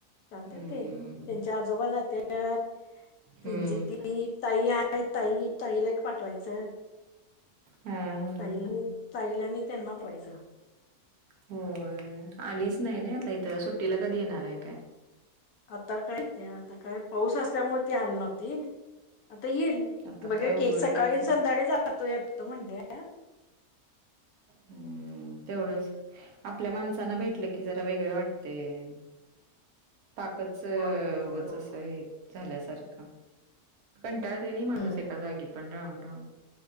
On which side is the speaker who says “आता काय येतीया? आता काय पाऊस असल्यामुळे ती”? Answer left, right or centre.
Left